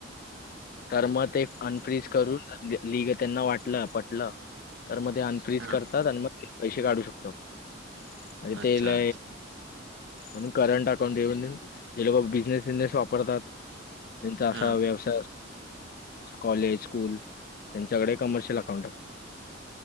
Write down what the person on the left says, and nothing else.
तर मग ते अनफ्र्रीज करून लिग त्यांना वाटलं पटलं तर मग ते फ्रीज
करतात आणि मग पैसे काढू शकतो आपण म्हणजे
तेला
म्हणून करंट अकाउंट म्हणून जे लोक बिझनेस अकाउंट वापरतात. त्यांचा असा
व्यवसाय असतो. कॉलेज, स्कूल त्यांच्याकडे कमर्शियल अकाउंट असतो.